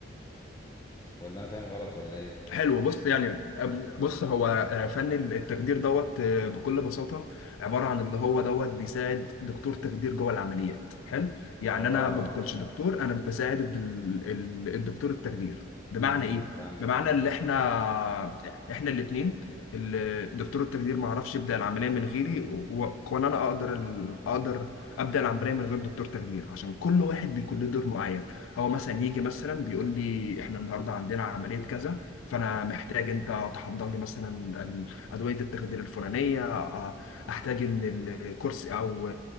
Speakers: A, on the left; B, on the left.
A: ولا انا فاهم غلط ولا ايه
B: حلو بص يعني أب- بص هو آه، فن التخدير دوت آه، بكل بساطة عبارة عن اللي هو دوت بيساعد دكتور تخدير جوه العمليات حلو يعني
A: اه
B: أنا ما بكونش دكتور أنا بساعد الد- ال- الدكتور التخدير بمعنى
A: امم
B: إيه؟
A: إمم. فهمت
B: بمعنى
A: اه
B: اللي إحنا إحنا الاتنين ال- دكتور التخدير ما عرفش يبدأ العملية من غيري و- وأنا أنا أقدر ال- أقدر أبدأ العملية من غير دكتور تخدير عشان كل واحد بيكون له دور معين هو مثلا يجي مثلا بيقول لي إحنا النهاردة عندنا عملية كذا فانا محتاج انت تحضر لي مثلا ال- ادويه التخدير الفلانيه آه، احتاج ان الكرسي او